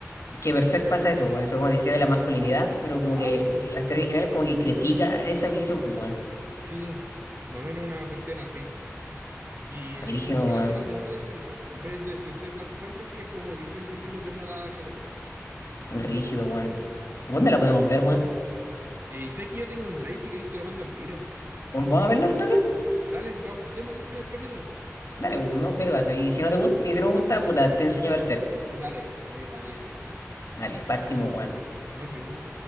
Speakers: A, on the left; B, on the right.
A: Que Berserk pasa eso, bueno, eso como decía de la masculinidad, pero como
B: Ah,
A: que
B: sí, pues.
A: la historia original es como que critica esa visión, pues, weón.
B: Sí, más o menos una cuestión así. Y,
A: Rígido,
B: y como
A: weón.
B: que las escenas de moda es bonito. En vez de ser dark fantasy, es como distintos estilos de moda japonesa.
A: Rígido, weón. ¿Dónde la podemos ver, weón?
B: Y sabes que yo tengo un drive, si queréis te lo mando al tiro.
A: Weón, ¿Vamos a verla al toque?
B: Dale, va- démosle el primer capítulo.
A: Dale, pues, ¿no? ¿qué te pasa? Y si no te gusta, y si no me gusta, puta, te enseño a ver cerca.
B: Dale, me parece.
A: Dale, partimos, weón.
B: Nos vimos.